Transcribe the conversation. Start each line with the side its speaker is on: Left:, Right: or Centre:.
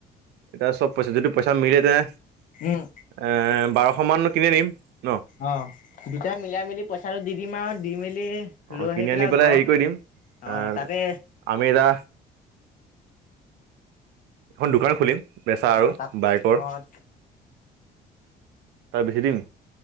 Right: এতিয়া চব পইচা যদি পইচা মিলে তেনে
Left: উম
Right: বাৰশ কেতিয়া দিম <unintelligible>
Left: অ দুটাই মিলাই মিলি পইচাটো দি দিম আৰু দি মেলি
Right: অ
Left: লৈ আহি
Right: কিনি আনি পেলাই
Left: ঘৰ
Right: হেৰি কৰি দিম,
Left: অ'
Right: এ
Left: তাতে
Right: আমি এটা এখন দোকান খুলিম বেচা আৰু
Left: অ' তাত
Right: বাইকৰ।
Left: অ'
Right: তাক বেছি দিম?